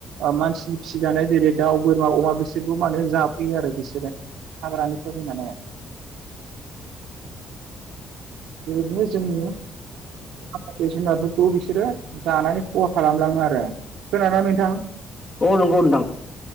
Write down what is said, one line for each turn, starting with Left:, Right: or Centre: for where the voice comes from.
Right: ओ-मानसिनि फिसिजानाय जेरै दाउ बोरमा अमा बिसोरखौ मा होनो जाफैयो आरो बिसोरो हाग्रानिफ्राय फैनानै। बेबायदिनो जोंनि माखासे जुनारफोरखौ बिसोरो जानानै खहा खालामलाङो आरो खोनादोंना नोंथां?
Left: औ नंगौ नोंथां